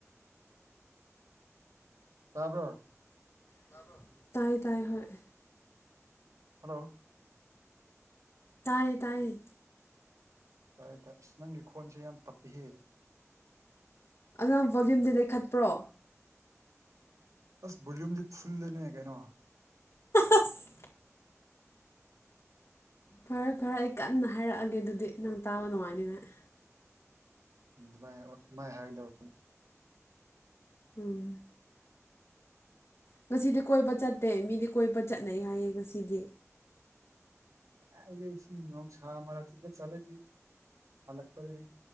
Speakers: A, on the right; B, on the left.
A: ꯇꯥꯕ꯭ꯔꯣ꯫
B: ꯇꯥꯕ꯭ꯔꯣ ꯇꯥꯏ ꯇꯥꯏ ꯍꯣꯏ꯫
A: ꯍꯜꯂꯣ꯫
B: ꯇꯥꯏꯌꯦ ꯇꯥꯏꯌꯦ꯫
A: ꯑꯗ ꯑꯁ ꯅꯪꯒꯤ ꯈꯣꯟꯁꯦ ꯌꯥꯝ ꯇꯞꯄꯤꯍꯦ꯫
B: ꯑꯗꯣ ꯅꯪ ꯕꯣꯂ꯭ꯌꯨꯝꯗꯤ ꯂꯩꯈꯠꯄ꯭ꯔꯣ꯫
A: ꯑꯁ ꯕꯣꯂ꯭ꯌꯨꯝꯗꯤ ꯐꯨꯜꯗꯅꯦ ꯀꯩꯅꯣ꫰꫰
B: ꯑꯁ꯫ ꯐꯔꯦ ꯐꯔꯦ ꯑꯩ ꯀꯟꯅ ꯍꯥꯏꯔꯛꯑꯒꯦ ꯑꯗꯨꯗꯤ ꯅꯪ ꯇꯥꯕ ꯅꯨꯡꯉꯥꯏꯅꯤꯡꯉꯥꯏ꯫
A: ꯎꯝ ꯗꯨꯃꯥꯏ ꯍꯥꯏꯑꯣꯠ ꯗꯨꯃꯥꯏ ꯍꯥꯏꯒꯗꯧꯕꯅꯤ
B: ꯎꯝ꯫ ꯉꯁꯤꯗꯤ ꯀꯣꯏꯕ ꯆꯠꯇꯦ ꯃꯤꯗꯤ ꯀꯣꯏꯕ ꯆꯠꯅꯩ ꯍꯥꯏꯌꯦ ꯉꯁꯤꯗꯤ꯫
A: ꯀꯥꯏꯗꯩꯩ ꯁꯤ ꯅꯣꯡꯁ ꯃꯔꯛꯁꯤꯗ ꯆꯠꯂꯗꯤ꯫ ꯍꯜꯂꯛꯄꯗꯗꯤ